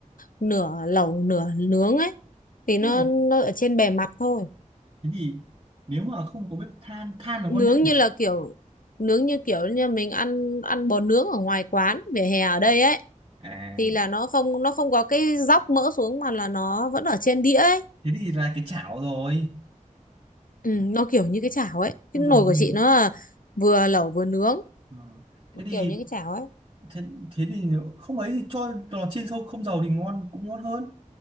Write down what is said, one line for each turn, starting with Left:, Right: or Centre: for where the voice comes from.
Left: nửa lẩu nửa nướng ấy thì
Right: hay
Left: nó
Right: là
Left: nó ở trên bề mặt thôi
Right: thế thì nếu mà không có bếp than than là
Left: nướng
Right: ngon nhất này.
Left: như là kiểu nướng như kiểu như mình ăn ăn bò nướng ở ngoài quán vỉa hè ở đây ấy
Right: à
Left: thì là nó không nó không có cái dóc mỡ xuống mà là nó vẫn ở trên đĩa ấy
Right: thế thì là cái chảo rồi
Left: ừ, nó kiểu như cái chảo ấy cái
Right: không dùng
Left: nồi của
Right: dùng
Left: chị nó là vừa lẩu vừa nướng
Right: ờ. thế thì
Left: kiểu như cái chảo ấy
Right: thế, thế thì nếu không ấy thì cho lò chiên sâu không dầu thì ngon cũng ngon hơn